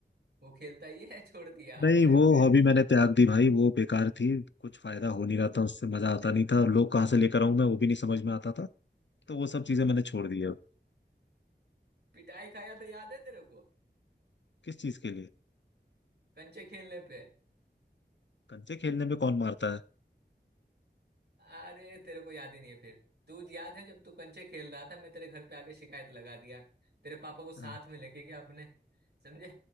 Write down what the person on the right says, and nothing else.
वो खेलता ही है छोड़ दिया
अब बड़े
हो गए
<laughs>
पिटाई खाया तो याद है तेरे को
कंचे खेलने पे
अरे तेरे को याद ही नहीं है फिर तू याद है जब तू कंचे खेल रहा था मैं तेरे घर पे आके शिकायत लगा दिया तेरे पापा को साथ
में लेके गया अपने समझे